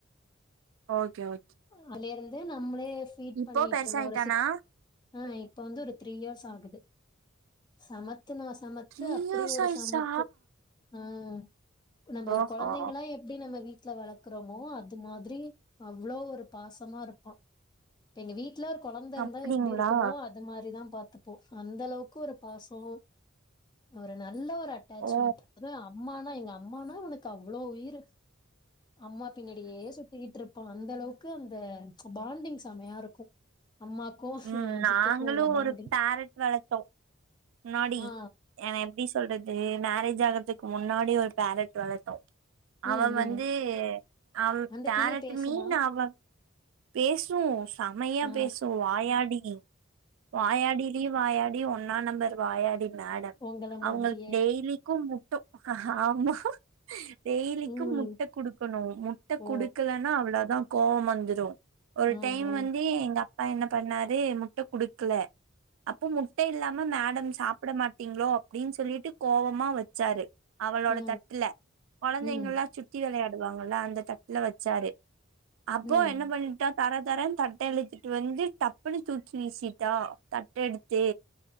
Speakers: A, on the right; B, on the left.
A: ஓகே ஓ
B: அதுல இருந்து நம்மளே ஃபீட்
A: இப்போ
B: பண்ணிட்டு
A: பெருசாயிட்டானா
B: இருந்தோம் ஒரு சிக்ஸ் ஆஹ இப்ப வந்து ஒரு த்ரீ இயர்ஸ் ஆகுது சமத் னா சமத்து
A: த்ரீ
B: அப்படி
A: இயர்ஸ்
B: ஒரு
A: ஆயிடுச்சா
B: சமத்து ஆஹ் நம்ம ஒரு
A: ஓஹோ
B: கொழந்தைகள்லாம் எப்படி நம்ம ட்ல வளர்க்கறோமோ அது மாதிரி அவ்வளோ ஒரு பாசமா இருப்பா எங்க வீட் டுல ஒரு கொழந்த இருந்தா
A: அப்படிங்களா
B: எப்டி இருக்குமோ அது மாரிதா பாத்தப்போ அந்த அளவுக்கு ஒரு பாசோ அவர நல் ல ஒரு அட்டாச்மெண்ட்
A: ஓ
B: அது அம்மானா எங்க அம்மானா அவ்னுக்கு அவ்வளோ உயிரு அம்மா பின்னாடியே சுத்திக்கிட்டு இருப்பா அந்த அளவுக்கு அந்த பாண்டிங் செமையா இருக்கு அம்மாக்கு
A: உம் நாங்களு
B: ஜிட்டுக்கு உள்ள பாண்டிங்
A: ஒரு பேரட் வளத்தோ முன்னாடி
B: ஆ
A: ஏனா எப்டி சொல்றது மேரேஜ் ஆகறதுக்கு முன்னாடி ஒரு பேரட் வளத்தோ
B: ம்
A: அவன்
B: ம்
A: வந்து அவ
B: அந்த
A: பேரட்
B: கிளி பேசுமா
A: மீன் அவ பேசு செமையா
B: ஆ
A: பேசு வாயாடி வாயாடிலியு வாயா வாயாடி ஒன்னா நம்பர் வாயாடி மேடம்
B: உங்கள மாதிரியே
A: அவ்ங்களுக்கு டெய்லிக்கு முட்ட ஆமா டெய்லிக்கு
B: ம்
A: முட்ட குடுக்கணு முட்ட
B: ஓ
A: குடுக்கலன்னா அவ்வளோ தா கோவம் மந்துறு ஒரு
B: ஆ
A: டைம்
B: ஆ
A: வந்து எங்க அப்பா என்ன பண்ணாரு முட்ட குடுக்கல அப்போ முட்ட இல்லாம மேடம் சாப்ட மாட்டீங்ளோ அப்டின்னு சொல்லிட்டு கோபமா வச்சாரு அவளோட
B: ஆ
A: தட்டுல கொழந்தைங்கல்லா
B: ம்
A: சுத்தி விளையாட் டுவாங்கள அந்த தட்டுல வச்சாரு அப்போ
B: ம்
A: என்ன பண் தர தர தட்ட இழுத்துட்டு வந்து டப்புன்னு தூக்கி வீசிட்டா தட்ட எடுத்து